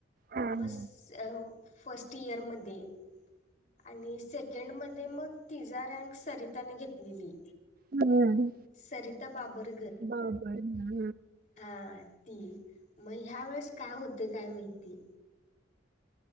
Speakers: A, on the right; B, on the left.
A: हं,
B: मस- अ फस्ट इयरमध्ये. आणि सेकंड मध्ये मग तिजा रँक सरिताने घेतलेली.
A: हं आणि.
B: सरिता बाबर.
A: बाबर ना?
B: हां. ती. मग ह्या वेळेस काय होत काय माहिती?